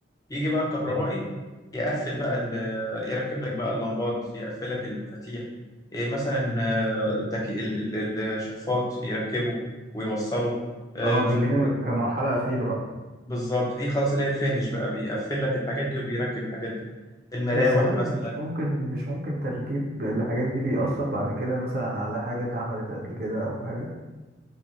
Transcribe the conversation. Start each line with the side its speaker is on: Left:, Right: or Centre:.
Left: يجي بقى الكهربائي
Right: تمام
Left: يقفل بقى ال- يركب لك بقى اللمبات يقفل لك المفاتيح إيه مثلا آه، التكي... ال- ال- الشفاط يركبه ويوصله آه،
Right: اه
Left: مش
Right: دي اللي
Left: عارف
Right: هي كمرحلة أخيرة بقى
Left: بالظبط دي خلاص اللي هي الفينش بقى بيقفل لك الحاجات دي وبيركب الحاجات دي المراوح
Right: بس هل
Left: مثلا
Right: مش ممكن مش ممكن تركيب الحاجات دي بيأثر بعد كده مثلا على حاجة اتعملت قبل كده أو حاجة